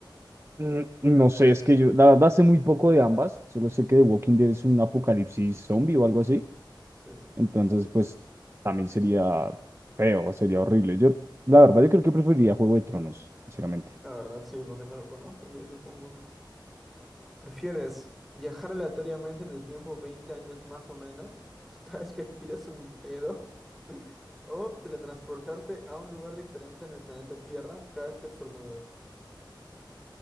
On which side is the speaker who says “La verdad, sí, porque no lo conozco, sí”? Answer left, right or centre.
Centre